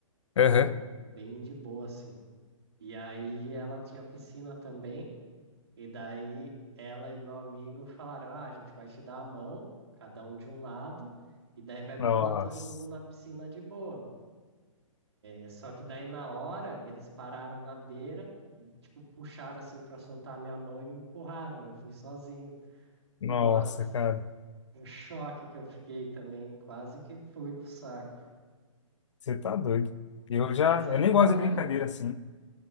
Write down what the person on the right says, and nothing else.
Então, bem de boa, assim. E aí ela tinha piscina também. E daí ela e o meu amigo falaram: Ah, a gente vai te dar a mão, cada um de um lado, e daí vai pular
todo mundo na piscina de boa. É só que daí na hora eles pararam na beira e tipo puxaram assim pra soltar a minha mão e me empurraram. Eu fui sozinho.
Nossa,
um choque que eu fiquei também, quase que fui pro saco.
Mas agora,